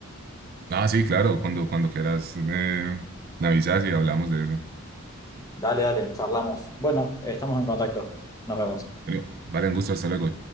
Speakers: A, on the right (about 45°); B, on the left (about 15°).
A: Ah, sí, claro, cuando, cuando quieras me, me avisas y hablamos de eso.
B: Dale, dale, charlamos. Bueno, estamos en contacto. Nos vemos.
A: Bueno, vale, un gusto, hasta luego.